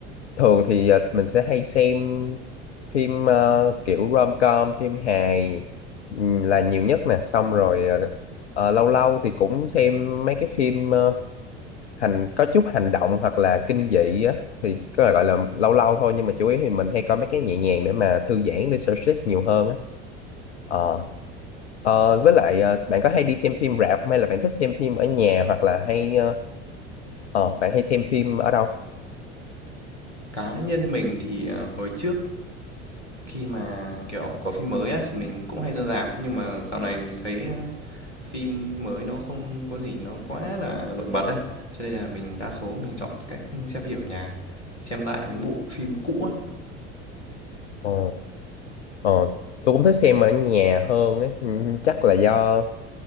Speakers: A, on the left; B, on the left.
A: Thường thì ờ, mình sẽ hay xem phim ờ, kiểu rom-com, phim hài ừm, là nhiều nhất nè, xong rồi ờ, ờ, lâu lâu thì cũng xem mấy cái phim ờ, hành có chút hành động hoặc là kinh dị á thì có thể gọi là lâu lâu thôi nhưng mà chủ yếu thì mình hay coi mấy cái nhẹ nhàng để mà thư giãn để stress nhiều hơn á Ờ. Ờ, với lại ờ, bạn có hay đi xem phim rạp không hay là bạn thích xem phim ở nhà hoặc là hay ờ, ờ, bạn hay xem phim ở đâu?
B: Cá nhân mình thì, ờ, hồi trước khi mà, kiểu, có phim mới á thì mình cũng hay ra rạp, nhưng mà dạo này mình thấy, ờ, phim mới nó không có gì nó quá là nổi bật ấy, cho nên là mình đa số mình chọn cách xem phim ở nhà, xem lại mấy bộ phim cũ á.
A: Ờ, ờ, tôi cũng thích xem ở nhà hơn ấy. Ừ, Chắc là do